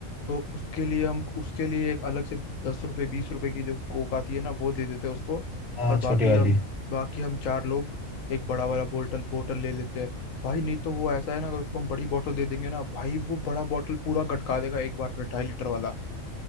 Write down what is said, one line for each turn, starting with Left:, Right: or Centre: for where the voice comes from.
Left: तो उसके लिए हम उसके लिए एक अलग से दस रुपए बीस रुपए की जो कोक आती है ना वो दे देते हैं उसको
Centre: हाँ
Left: और बाकी
Centre: छोटी वाली
Left: हम बाकी हम चार लोग एक बड़ा वाला बोतल बोतल ले लेते हैं भाई नहीं तो वो ऐसा है ना अगर उसको हम बड़ी बोतल दे देंगे ना भाई वो बड़ा बोतल पूरा गटका देगा एक बार में ढाई लीटर वाला